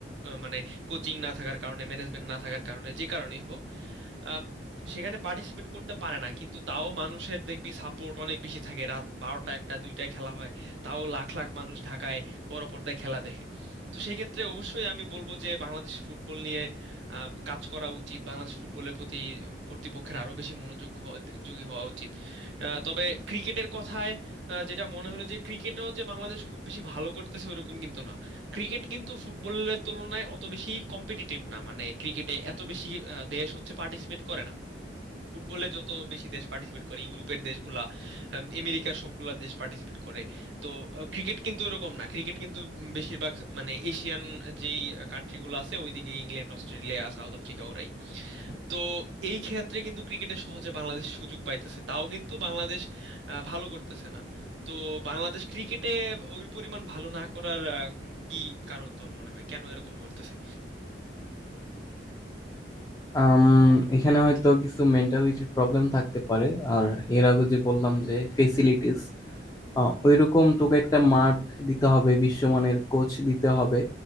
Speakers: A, on the right; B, on the left.
A: মানে কোচিং না থাকার কারণে ম্যানেজমেন্ট না থাকার কারণে যে কারণেই হোক আহ, সেখানে পার্টিসিপেট করতে পারে না কিন্তু তাও মানুষের দেখবি সাপোর্ট অনেক বেশি থাকে রাত বারোটা একটা দুইটায় খেলা হয় তাও লাখ লাখ মানুষ ঢাকায় বড় পর্দায় খেলা দেখে তো সেই ক্ষেত্রে অবশ্যই আমি বলবো যে বাংলাদেশ ফুটবল নিয়ে আহ, কাজ করা উচিত বাংলাদেশ ফুটবলের প্রতি উম, কর্তৃপক্ষের আরো বেশি মনোযোগ হওয়া- যোগী হওয়া উচিত আহ, তবে ক্রিকেটের কথায় আহ, যেটা মনে হলো যে ক্রিকেটও যে বাংলাদেশ খুব বেশি ভালো করতেছে ওরকম কিন্তু না ক্রিকেট কিন্তু ফুটবলের তুলনায় অত বেশি কম্পিটিটিভ না মানে ক্রিকেটে এত বেশি আহ, দেশ হচ্ছে পার্টিসিপেট করে না ফুটবলে যত বেশি দেশ পার্টিসিপেট করে ইউরোপের দেশগুলা আম, আমেরিকার সবগুলা দেশ পার্টিসিপেট করে তো আহ, ক্রিকেট কিন্তু এরকম না ক্রিকেট কিন্তু উম, বেশিরভাগ মানে এশিয়ান যেই কান্ট্রিগুলো আছে ওইদিকে ইংল্যান্ড অস্ট্রেলিয়া সাউথ আফ্রিকা ওরাই তো এই ক্ষেত্রে কিন্তু ক্রিকেটে সহজে বাংলাদেশ সুযোগ পাইতেছে তাও কিন্তু বাংলাদেশ আহ, ভালো করতেছে না তো বাংলাদেশ ক্রিকেটে ওই পরিমাণ ভালো না করার আহ, উম, কি কারণ তোর মনে হয় কেন এরকম করতেছে
B: আম, এখানে হয়তো কিছু মেন্টালিটির প্রবলেম থাকতে পারে আর এর আগে যে বললাম যে ফেসিলিটিস আহ, ওইরকম তোকে একটা মাঠ দিতে হবে বিশ্বমানের কোচ দিতে হবে